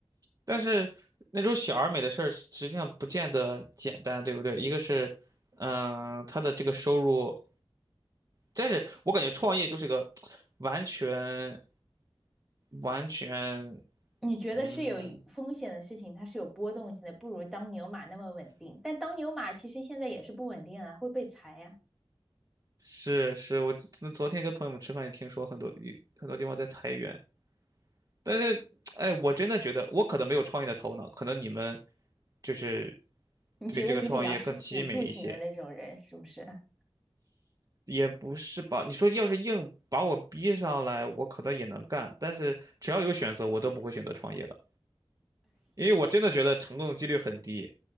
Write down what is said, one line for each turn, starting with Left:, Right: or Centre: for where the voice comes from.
Right: 但是那种小而美的事儿，实际上不见得简单，对不对？一个是，嗯、他的这个收入，但是我感觉创业就是个完全完全，
Centre: 你觉得是有风险的事情，
Right: 嗯，
Centre: 它是有波动性的，不如当牛马那么稳定。但当牛马其实现在也是不稳定啊，会被裁呀、啊
Right: 是是，我昨昨天跟朋友们吃饭也听说很多很多地方在裁员，但是哎，我真的觉得我可能没有创业的头脑，可能你们就是
Centre: 你觉得你比较是辅助型的那种人，
Right: 对这个创业更机敏一些。
Centre: 是不是？
Right: 也不是吧？你说要是硬把我逼上来，我可能也能干，但是只要有选择，我都不会选择创业的，因为我真的觉得成功的几率很低。